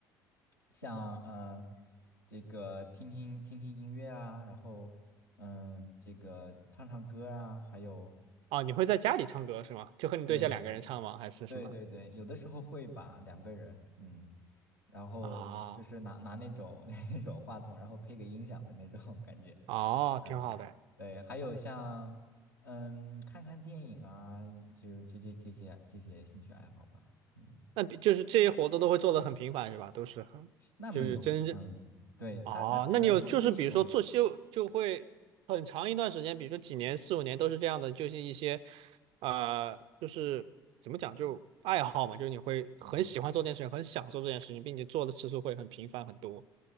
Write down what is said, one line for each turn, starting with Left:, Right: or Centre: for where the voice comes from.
Left: 像呃这个听听听听音乐啊，然后嗯这个唱唱歌啊，还有
Right: 啊？你会在家里唱歌是吗？就和你对象两个人唱吗？
Left: 对
Right: 还是什么？
Left: 对对对，有的时候会把两个人，嗯，然后就是拿拿那种
Right: 啊，
Left: <laughs> 那种话筒，然后配个音响的那种感觉，
Right: 哦，
Left: 嗯，
Right: 挺好的。
Left: 对，还有像嗯看看电影啊，就是这这这些这些兴趣爱好吧，嗯，
Right: 那比就是这些活动都会做的很频繁是吧？都是很。
Left: 那没有，
Right: 就是真正
Left: 嗯，对，
Right: 哦，
Left: 它它只能说是一种。
Right: 那你有就是比如说做秀就会很长一段时间，比如说几年、四五年都是这样的，就是一些呃，就是怎么讲，就爱好嘛，就是你会很喜欢做这件事情，
Left: 嗯。
Right: 很享受这件事情，并且做的次数会很频繁很多。